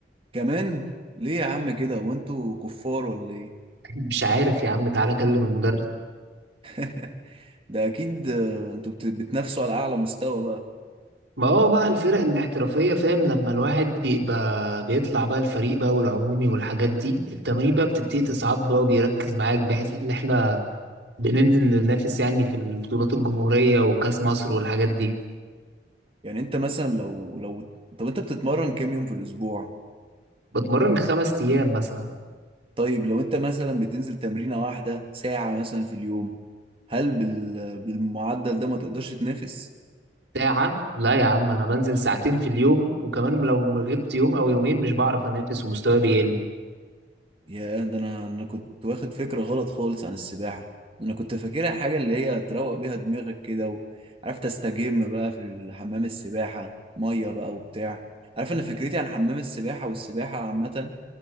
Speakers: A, on the right (about 30°); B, on the right (about 75°).
A: كمان ليه يا عم كده هو انتوا كفار ولا ايه
B: مش عارف يا عم تعالى كلم المدرب
A: <laughs> ده اكيد آه، انتوا بت- بتنافسوا على اعلى مستوى بقى
B: ما هو بقى الفرق الاحترافية فاهم لما الواحد بيبقى بيطلع بقى الفريق بقى والعمومي والحاجات دي التمرين بقى بتبتدي تصعب بقى وبيركز معاك بحيث ان احنا بننزل ننافس يعني في البطولات الجمهورية وكأس مصر والحاجات دي
A: يعني انت مثلا لو لو طب انت بتتمرن كام يوم في الاسبوع
B: بتمرن خمس أيام مثلا
A: طيب لو انت مثلا بتنزل تمرينة واحدة ساعة مثلا في اليوم هل بال... بالمعدل ده ما تقدرش تنافس
B: ساعة لا يا عم أنا بنزل ساعتين في اليوم وكمان لو غبت يوم أو يومين مش بعرف أنافس ومستواي بيقل
A: يا ده انا انا كنت واخد فكرة غلط خالص عن السباحة ده انا كنت فاكرها حاجة اللي هي تروق بيها دماغك كده وعارف تستجم بقى في حمام السباحة مية بقى وبتاع عارف انا فكرتي عن حمام السباحة والسباحة عامة